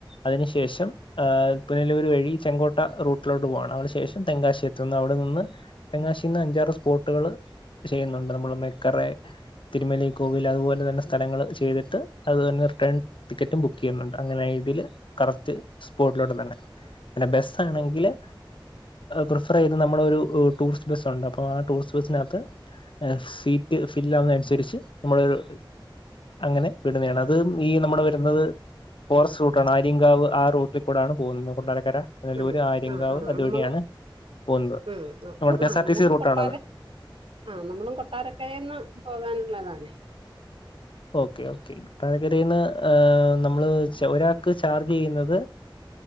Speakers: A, on the left; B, on the right.
A: അതിനു ശേഷം ഹ് പുനലൂർ വഴി ചെങ്കോട്ട റൂട്ടിലോട്ട് പോകണം അതിന് ശേഷം തെങ്കാശ എത്തുന്ന അവിടെ നിന്ന് തെങ്ങാശിന്ന് അഞ്ചാറ് സ്പോട്ടുകൾ ചെയ്യുന്നുണ്ട് നമ്മള്. മെക്കറെ തിരുമലൈ കോവിൽ അതുപോലെ തന്നെ സ്ഥലങ്ങൾ ചെയ്തിട്ട് അത് തന്നെ റിട്ടേൺ ടിക്കറ്റും ബുക്കെയ്യുന്നുണ്ട്. അങ്ങനായി തീല് കറക് സ്പോട്ടിലോട്ടത്തണ്ടെ. പിന്നെ ബെസ്സാണെങ്കില്
B: ഓക്കെ
A: പ്രിഫർ ചെയ്ത് നമ്മളൊരു ഉ ടൂറിസ്റ്റ് ബസ്സുണ്ട്. അപ്പൊ ആ ടൂറിസ്റ്റ് ബസ്സിനകത്ത് എ സീറ്റ് ഫില്ലാവുന്നെ അനുസരിച്ച് നമ്മളൊരു അങ്ങനെ വിടുന്നയാണ്. അത് ഈ നമ്മടെ വരുന്നത് ഫോറസ്റ്റ് റൂട്ടാണ്. ആര്യങ്കാവ് ആ റൂട്ടിൽ കൂടാണ് പോവുന്നത്. കൊട്ടാരക്കര പുനലൂര്
B: ആ
A: ആര്യങ്കാവ്
B: ആ ആ ആ
A: അതുവഴിയാണ്
B: നമ്മള്
A: പോവുന്നത്.
B: ആ
A: നമ്മുടെ കെ
B: ആ
A: എസ് ആർ
B: നമുക്ക്
A: ടി സി റൂട്ടാണത്
B: കൊട്ടാര ആ നമ്മളും കൊട്ടാരക്കരേന്ന് പോകാനുള്ളതാണെ
A: ഓക്കെ ഓക്കെ പകതിയിന്ന് നമ്മള് ഒരാൾക്ക് ചാർജ് ചെയ്യുന്നത്